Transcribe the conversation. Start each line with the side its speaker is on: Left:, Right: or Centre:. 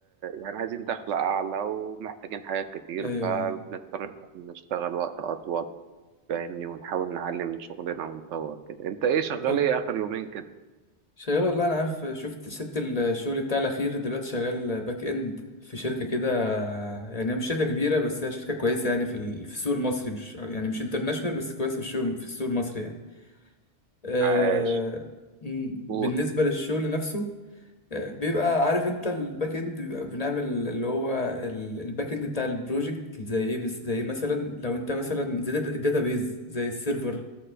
Right: يعني عايزين دخل اعلى ومحتاجين حاجات كتير
Left: ايوه
Right: فبنضطر
Left: ايوه
Right: إن إحنا نشتغل وقت اطول فاهمني ونحاول نعلي من شغلنا ونطور كده انت ايه شغال
Left: طب
Right: ايه اخر يومين كده
Left: شغال والله انا عارف شفت سبت الشغل بتاع الاخير دلوقتي شغال باك اند في شركه كده يعني هي مش شركه كبيره بس هي شركه كويسه يعني في ال- في السوق المصري مش يعني مش انترناشونال بس كويسه في السوق في السوق المصري يعني أه
Right: عاش
Left: م- بالنسبه
Right: قول
Left: للشغل نفسه بيبقى عارف انت الباك اند بيبقى بنعمل اللي هو ال- الباك اند بتاع البروجكت زي ايه بس زي ايه مثلا لو انت مثلا زي الداتابيز زي السيرفر